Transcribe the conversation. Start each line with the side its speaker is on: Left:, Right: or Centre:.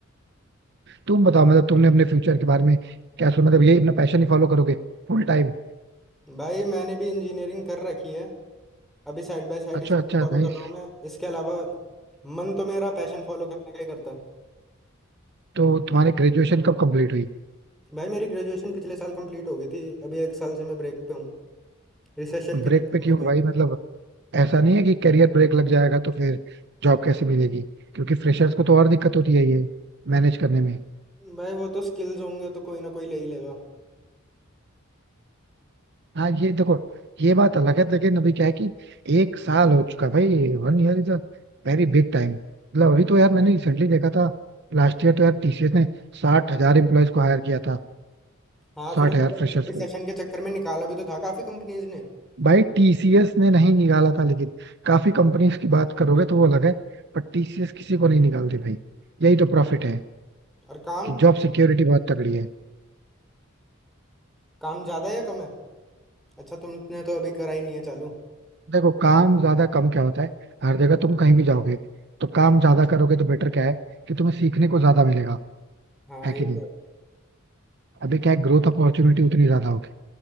Right: तुम बताओ मतलब तुमने अपने फ्यूचर के बारे में क्या सोचा मतलब यही अपना पैशन ही फॉलो करोगे फुल टाइम
Centre: भाई मैंने भी इंजीनियरिंग कर रखी है अभी साइड बाय साइड
Right: अच्छा
Centre: इसी
Right: अच्छा
Centre: को फॉलो
Right: नाइस
Centre: कर रहा हूँ मैं इसके अलावा मन तो मेरा पैशन फॉलो करने का ही करता है
Right: तो तुम्हारी ग्रेजुएशन कब कंप्लीट हुई
Centre: भाई मेरी ग्रेजुएशन पिछले साल कंप्लीट हो गई थी अभी एक साल से मैं ब्रेक पे हूँ रिसेशन
Right: ब्रेक
Centre: के चक्कर
Right: पे क्यों
Centre: में अभी
Right: भाई मतलब ऐसा नहीं है कि करियर ब्रेक लग जाएगा तो फिर जॉब कैसे मिलेगी क्योंकि फ्रेशर्स को तो और दिक्कत होती है ये मैनेज करने में
Centre: भाई वो तो स्किल्स होंगे तो कोई ना कोई ले ही लेगा
Right: हाँ ये देखो ये बात अलग है लेकिन अभी क्या है कि एक साल हो चुका भाई one year is a very big time मतलब अभी तो यार मैंने रिसेंटली देखा था लास्ट ईयर तो यार टीसीएस ने साठ हजार एम्प्लॉयज को हायर किया था
Centre: हाँ
Right: साठ
Centre: फिर उसके
Right: हजार
Centre: बाद
Right: फ्रेशर्स
Centre: रिसेशन
Right: को
Centre: के चक्कर में निकाला भी तो था काफ़ी कंपनीज ने
Right: भाई टीसीएस ने नहीं निकाला था लेकिन काफी कंपनीज की बात करोगे तो वो अलग है पर टीसीएस किसी को नहीं निकालती भाई यही तो प्रॉफिट है
Centre: और काम
Right: कि जॉब सिक्योरिटी बहुत तगड़ी है
Centre: काम ज़्यादा या कम है अच्छा तुमने तो अभी करा ही नहीं है चालू
Right: देखो काम ज्यादा कम क्या होता है हर जगह तुम कहीं भी जाओगे तो काम ज्यादा करोगे तो बेटर क्या है कि तुम्हें सीखने को ज्यादा मिलेगा
Centre: हाँ
Right: है
Centre: ये
Right: कि नहीं
Centre: तो है
Right: अभी क्या है ग्रोथ अपॉर्चुनिटी उतनी ज्यादा होगी